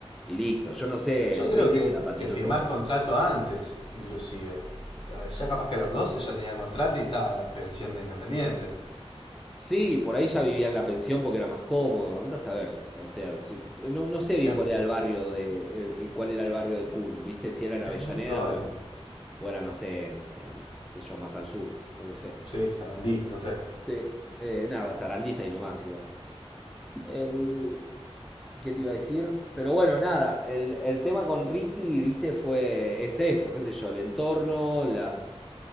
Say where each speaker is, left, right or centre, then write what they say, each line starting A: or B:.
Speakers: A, in the centre; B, on the left.
A: y listo. Yo no sé,
B: Yo
A: el Ricky
B: creo que,
A: se la patinó
B: que firmás
A: todo.
B: contrato antes, inclusive. Ya- capaz que a los 12 ya tenía contrato y estaba en la pensión de Independiente.
A: Sí, por ahí ya vivía en la pensión porque era más cómodo. Andás a ver, o sea, sí, no, no sé bien
B: Es,
A: cuál era el barrio de, eh, eh, cuál era el barrio del Kun, ¿viste? Si era en Avellaneda
B: es muy probable.
A: o era, en- o era, no sé, en, qué sé yo, más al sur, no lo sé.
B: Sí, Sarandí, no sé.
A: Sí, eh, nada, Sarandí ahí nomás igual. El, ¿qué te iba a decir? Pero bueno, nada, el, el tema con Ricky, viste, fue, es eso, qué sé yo, el entorno, las,